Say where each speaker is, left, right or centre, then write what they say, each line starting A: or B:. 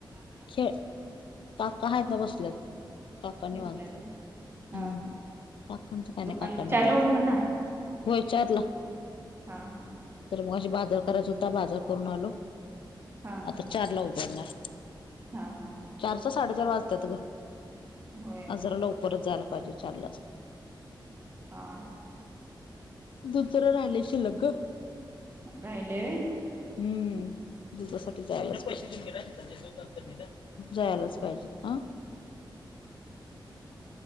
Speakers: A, on the left (about 80°); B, on the right (about 30°).
A: खेळ काका हायत ना बसल्यात काका निवांत
B: बसले ते हा
A: हम्म काकाचं काय नाय
B: दुकान
A: काका
B: चारला
A: निवांत
B: उडकडणार
A: होय, चारला
B: हा हां
A: तर मगाशी बाजार करायचा होता, बाजार करून आलो.
B: हा
A: तर चारला उघडणार.
B: हा हा
A: चारच्या साडेचार वाजतात ग
B: होय
A: आज जरा लवकरच जायला पाहिजे चारलाच
B: हा
A: दुध जरा राहिलय शिल्लक ग
B: राहिले
A: हम्म, दुधासाठी जायलाच पाहिजे. जायलाच पाहिजे. हम्म,